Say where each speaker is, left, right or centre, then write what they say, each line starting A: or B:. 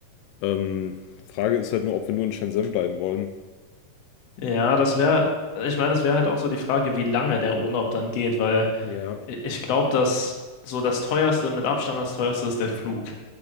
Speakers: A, on the left (about 85°); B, on the left (about 55°).
A: Ähm, Frage ist halt nur, ob wir nur in Shenzhen bleiben wollen.
B: ja, das wäre, ich meine, das wäre halt auch so die Frage, wie lange der Urlaub dann geht, weil
A: Ja,
B: i- ich glaube, dass so das teuerste, mit Abstand das teuerste ist der Flug.